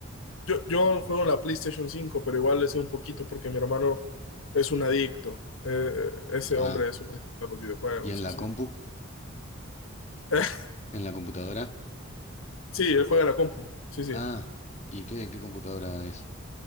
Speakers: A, on the left (about 75°); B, on the left (about 30°).
A: Yo, yo juego en la PlayStation cinco, pero igual le sé un poquito porque mi hermano es un adicto. Eh, eh, ese
B: Ah,
A: hombre es un adicto a los videojuegos,
B: ¿y en
A: sí,
B: la
A: sí.
B: compu?
A: <laughs>
B: ¿En la computadora?
A: Sí, él juega en la compu, sí, sí.
B: Ah, ¿y qué, qué computadora es?